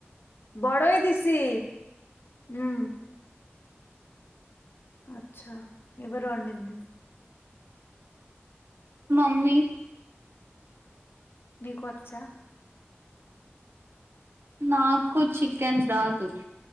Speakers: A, on the left; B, on the right.
A: బోడయ దిసి హ్మ్ అచ్చ ఎవరు వండింది
B: మమ్మీ
A: నీకు వచ్చా
B: నాకు చికెన్ రాదు